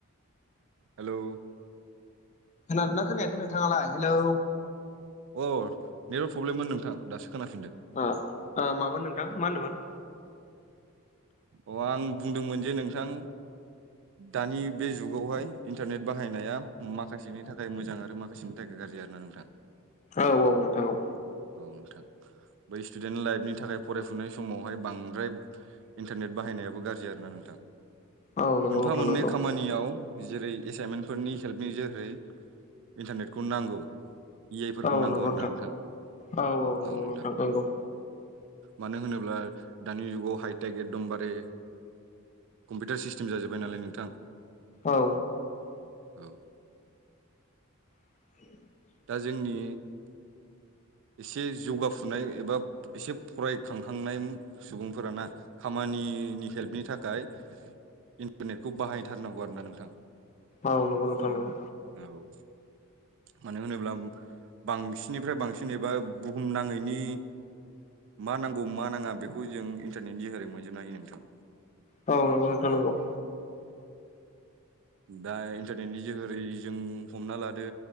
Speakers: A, on the right; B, on the left.
A: हेलौ!
B: खोनादोंना खोनायाखै नोंथाङालाय हेलौ!
A: अ नेटवार प्रब्लेममोन नोंथां दासो खोनाफिनदों
B: आ आ मामोन नोंथां मा होनदोंमोन?
A: अ आं बुंदोंमोन जे नोंथां दानि बे जुगावहाय इन्टारनेट बाहायनाया माखासेनि थाखाय मोजां आरो माखासेनि थाखाय गा गाज्रि आरो ना नोंथां।
B: औ औ नोंथां औ
A: औ नोंथां बै स्टुडेन्ट लाइफनि थाखाय फरायफुनाय समावहाय बांद्राय इन्टारनेट बाहायनायाबो गाज्रि आरोना नोंथां।
B: औ नंगौ
A: मोनफा
B: नोंथां
A: मोननै
B: नंगौ
A: खामानियाव जेरै एसाइनमेन्टफोरनि हेल्पनि जेहेरै इन्टारनेटखौ नांगौ। इ आइ फोरखौ
B: औ
A: नांगौ
B: नंगौ
A: आरो ना नोंथां
B: औ नंगौ
A: औ नोंथां।
B: नंगौ
A: मानो होनोब्ला दानि जुगाव हाइटेक एकदमबारे कम्पिउटार सिस्टेम जाजोब्बाय नालाय नोंथां।
B: औ।
A: औ।
B: <inaudible>
A: दा जोंनि एसे जौगाफुनाय एबा एसे फराय खांखांनाय सुबुंफोराना खामानिनि हेल्पनि थाखाय इन्टारनेटखौ बाहाय थारनांगौ आरोना नोंथां।
B: औ नंगौ नोंथां नंगौ।
A: औ मानो होनोब्ला बांसिननिफ्राय बांसिन एबा बुहुम नाङैनि मा नांगौ मा नाङा बेखौ जों इन्टारनेटनि जेरै मोनजोबनो हायो नोंथां।
B: औ नंगौ नोंथां नंगौ।
A: दा इन्टारनेटनि जोहोरै जों हमना लादो